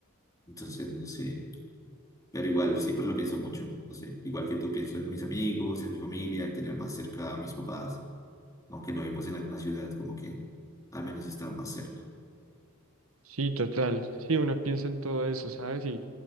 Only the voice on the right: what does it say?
Sí, total. Sí, uno piensa en todo eso, ¿sabes? Y